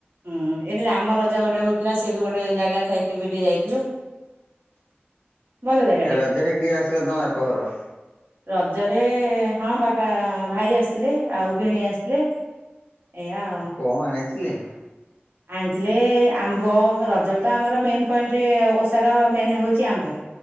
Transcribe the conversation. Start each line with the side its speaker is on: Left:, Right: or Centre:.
Right: ହୁଁ ଏଠି ରାମ ରଜା ଗୋଟେ ହୋଉଥିଲା ସେ ବି ଗୋଟେ ଜାଗା ସେଠିକି ବି ଟିକେ ଯାଇଥିଲୁ। ଭଲ ଜାଗାଟେ।
Left: ଆ ରଜ ରେ କିଏ ଆସିଲା ତମ ବାପଘର?
Right: ରଜରେ ହଁ ବାପା ଭାଇ ଆସିଥିଲେ ଆଉ ଭିଣେଇ ଆସିଥିଲେ। ଏଇଆ ଆଉ।
Left: କଣ ଆଣିଥିଲେ।
Right: ଆଣିଥିଲେ ଆମ୍ବ ରଜ ତ ଆମର ମେନ୍ ପଏଣ୍ଟରେ ଓଷାର ମେନ୍ ହଉଛି ଆମ୍ବ।